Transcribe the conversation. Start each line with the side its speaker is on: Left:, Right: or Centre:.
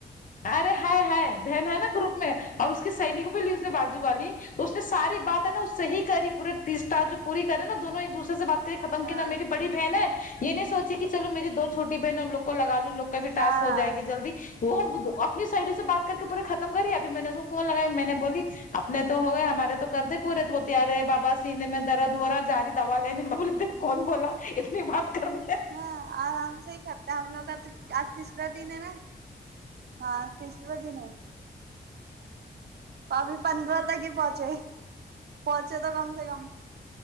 Left: ارے ہے ہے بہن ہے نا گروپ میں اور اس کی سہیلی کو بھی لی اس نے بازو والی تو اس نے ساری بات ہے نا اس سے ہی کری پورے تیس ٹاسک جو پوری کرے نا دونوں ایک دوسرے سے بات تو یہ ختم
Right: ہاں
Left: کی نا میری بڑی بہن ہے یہ نہیں سوچی کہ چلو میری دو چھوٹی بہنیں ان لوگ کو لگالو ان لوگ کا بھی ٹاسک
Right: ہاں
Left: ہو جائے گی جلدی وہ اپنی سہیلی سے بات کر کے پورے ختم کری ہے ابھی میں نے اس کو فون لگا میں نے بولی اپنے تو ہو گئے ہمارے تو کردے پورے تو بولتی ارے بابا سینے میں درد ہو را جاری دوا لینے میں بولی دے کون بولا اتنی بات کر دو
Right: ہاں آرام سے ہی کرتے ہم لوگ کا آج تیسرا دن ہے نا ہاں تیسرا دن ہے تو ابھی پندرہ تک ہی پہنچے پہنچے تو کم سے کم